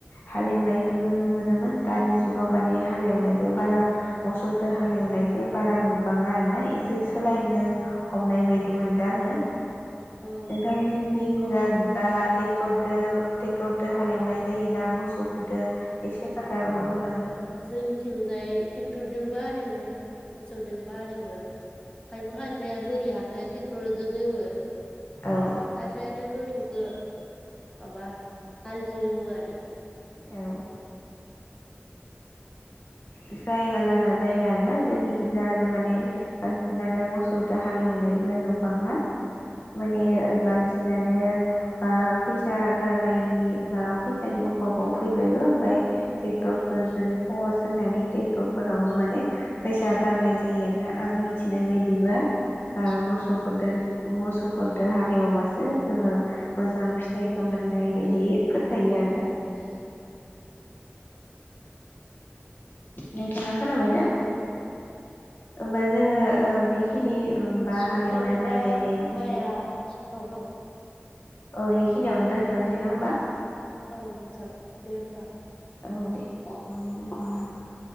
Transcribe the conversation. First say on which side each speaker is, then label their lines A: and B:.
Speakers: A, on the left; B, on the left.
A: हालेवनायखौ नुनो मोनोमोन दानि जुगाव माने हालेवनायखौ बारा मोसौदो हालेवनायखौ बारा नुबाङा आरो ना एसे <inaudible> सोलायनो हमनाय बायदि मोन। <unintelligible>
B: औ
A: नोंथांमोननि
B: औ
A: जा दा टेक्टर। दो टेक्टरदो हालेवनाय जायोना मोसौफोरदो।
B: <unintelligible>
A: एसे खोन्थाहरबा मोजां जागोन
B: जोंनिथिंजाय टेक्टर। दोंबो हालौवो। मोसौदोंबो हालेवो खायफा खायफाया बोरियाखो टे टरजों एवो।
A: औ
B: खायफाया आरो <unintelligible> <unintelligible> माबा हालजों एवो आरो।
A: औ। जायगा लाना जायगा आरोना जोंनि। <unintelligible> आरो माने
B: औ
A: बानसिनानो मस दा हालेवनाय हो नुबांला । माने
B: औ
A: बांसि सिनानो फैसा गारनायनि बा फैसानि अभाबाव फैबायबो ओमफ्राय टेक्टर
B: औ
A: फोरजोनो खहस होनानै टेक्टफोरावनो माने फैसा गारनाय जायोना । आं मिथिनाय बायदिबा ओ मोसौफोर
B: औ
A: दो मोसौफोरदो हालेवबासो जोङो मोजां फिथाइखौ मोननाय बायदि फोथायो आरो ना । नोंथांङा खोनाबायना?
B: औ
A: होमबा जोंङो ओ बेखिनि बा
B: सथालफ्रा
A: हालेवनाय माइ गायनायनि
B: माया औ ।
A: ओ इखिनियावनो दोनथ'नोसै नङा होमबा?
B: औ जागोन दे होमबा ।
A: औ दे । म <unintelligible>